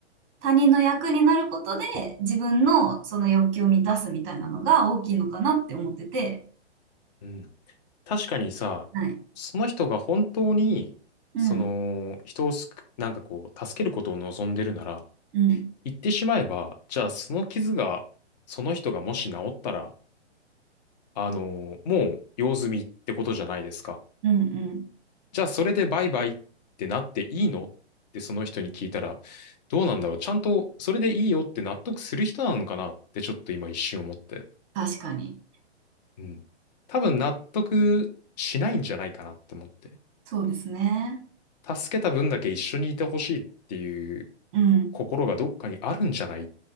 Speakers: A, on the right; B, on the left.
A: 他人の役になることで自分のその欲求を満たすみたいなのが大きいのかなって思ってて。
B: うん。確かにさ、
A: はい。
B: その人が本当に、
A: うん。
B: その、人をすく、なんかこう、助けることを望んでるなら、
A: うん。
B: 言ってしまえば、じゃあその傷が、その人がもし治ったら、あの、もう用済みってことじゃないですか。
A: うん。うん。
B: じゃあそれでバイバイってなっていいのってその人に聞いたら、どうなんだろうちゃんとそれでいいよって納得する人なのかなってちょっと今一瞬思って。
A: 確かに。
B: うん。多分納得しないんじゃないかなって思って。
A: そうですね。
B: 助けた分だけ一緒にいてほしいっていう
A: うん。
B: 心がどっかにあるんじゃないっ